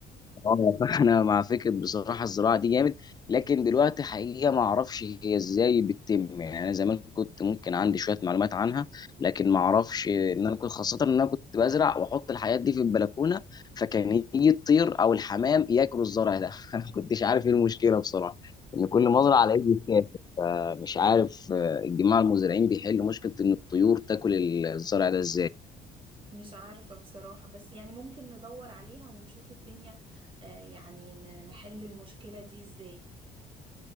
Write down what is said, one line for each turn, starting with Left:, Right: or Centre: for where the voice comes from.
Left: اه فانا مع فكره بصراحه الزراعه دي جامد لكن دلوقتي حقيقه ما اعرفش هي ازاي بتتم يعني انا زمان كنت ممكن عندي شويه معلومات عنها لكن ما اعرفش ان انا كنت خاصه ان انا كنت بزرع واحط الحاجات دي في البلكونه فكان يجي الطير او الحمام ياكلوا الزرع ده <laughs> انا ما كنتش عارف ايه المشكله بصراحه ان كل ما ازرع الاقيه بيتاكل فمش عارف آه، الجماعه المزارعين بيحلوا مشكله ان الطيور تاكل الزرع ده ازاي
Right: مش عارفة بصراحة بس يعني ممكن ندور عليها ونشوف الدنيا آه، يعني ن- نحل المشكلة دي ازاي